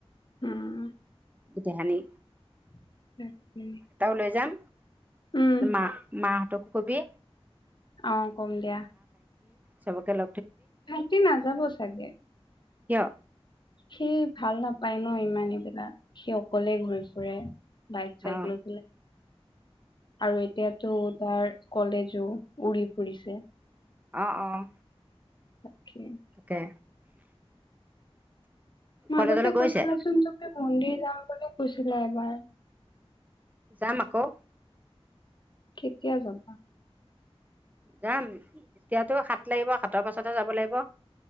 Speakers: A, on the left; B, on the right.
A: উম'।
B: দেহানী
A: <unintelligible>
B: লৈ যাম
A: উম
B: মা-মাহঁতকো কবি।
A: অ' কম দিয়া।
B: চবেল
A: ভাইটি নাযাব চাগে!
B: কিয়।
A: সি ভাল নাপায় ন', ইমানেইবিলাক সি অকলেই ঘূৰি ফুৰে। বাইক চাইকেলো।
B: অ
A: আৰু এতিয়াতো তাৰ কলেজো উৰি ফুৰিছে
B: অহ-অহ।
A: তাকে
B: তাকে।
A: মাজতে
B: কলেজলৈ গৈছে
A: কৈছিলাচোন তুমি মন্দিৰ যাম বুলিও কৈছিলা এবাৰ
B: যাম আকৌ
A: কেতিয়া যাবা।
B: যাম এতিয়াতো সাত লাগিব, সাতৰ পাছত যাব লাগিব।